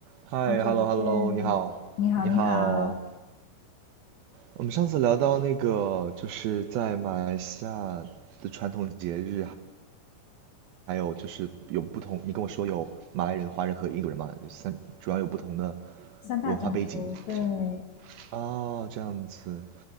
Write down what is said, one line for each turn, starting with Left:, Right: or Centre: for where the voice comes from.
Right: 嗨，hello
Left: 好久不见，
Right: hello，你好，
Left: 你好，
Right: 你好。
Left: 你好。
Right: 我们上次聊到那个，就是在马来西亚的传统节日，还有就是有不同，你跟我说有马来人、华人和印度人嘛，三主要有不同的
Left: 三大种族对
Right: 文化背景。这样哦，这样子。